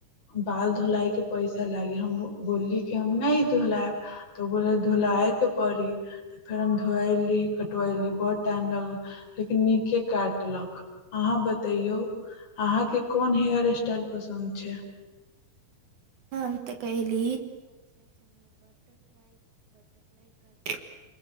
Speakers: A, on the left; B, on the right.
A: बाल धोलाय के पैसा लागी हम बोलली कि हम नहि धोलायब तो बोलल धोलाय के पड़ी त फेर हम धोएली कतबेली बर टाइम लागल लेकिन नीके काटलक अहाँ बतैयौ अहाँके कोन हेयर स्टाइल पसन्द छैय
B: हम त कहली <unintelligible>